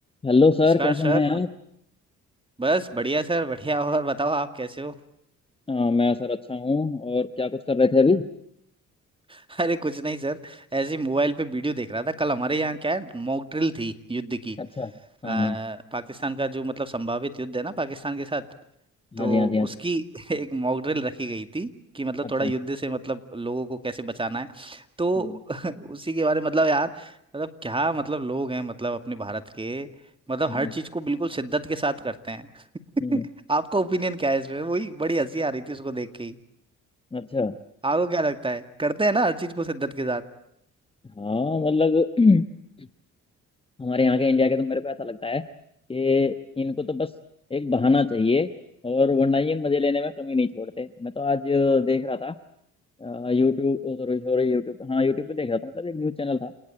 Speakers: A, on the left; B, on the right.
A: Hello
B: नमस्कार
A: sir कैसे
B: सर
A: हैं आप
B: बस बढ़िया सर बढ़िया और बताओ आप कैसे हो
A: अ, मैं सर अच्छा हूँ और क्या कुछ कर रहे थे अभी
B: <laughs> अरे कुछ नहीं सर ऐसे ही मोबाइल पे वीडियो देख रहा था कल हमारे यहाँ क्या है मॉक ड्रिल थी युद्ध की
A: अच्छा हाँ
B: अ,
A: हाँ
B: पाकिस्तान का जो मतलब संभावित युद्ध है ना पाकिस्तान के साथ तो
A: हाँ जी हाँ जी हाँ जी
B: उसकी <laughs> एक मॉक ड्रिल रखी गई थी कि मतलब
A: अच्छा
B: थोड़ा युद्ध से मतलब लोगों को कैसे बचाना है तो
A: हम्म
B: <laughs> उसी के बारे में मतलब यार मतलब क्या मतलब लोग हैं मतलब अपने भारत के मतलब
A: हम्म
B: हर चीज को बिल्कुल शिद्दत के साथ करते हैं
A: हम्म,
B: <laughs> आपका ओपिनियन क्या है इसमें वही बड़ी हंसी आ रही थी उसको देख के ही
A: अच्छा
B: आपको क्या लगता है करते हैं ना हर चीज को शिद्दत के साथ
A: हाँ मतलब <clears throat> हमारे यहाँ के इंडिया के तो मेरे को ऐसा लगता है कि इनको तो बस एक बहाना चाहिए और वरना ये मजे लेने में कमी नहीं छोड़ते मैं तो आज अ, देख रहा था यूट्यूब सॉरी सॉरी यूट्यूब हाँ यूट्यूब पे देख रहा था मतलब एक न्यूज़ चैनल था